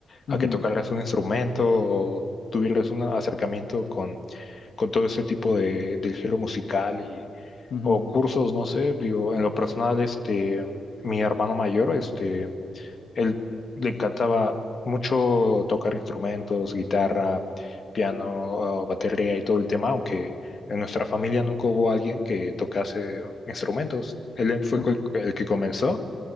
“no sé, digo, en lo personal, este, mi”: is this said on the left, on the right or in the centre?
Left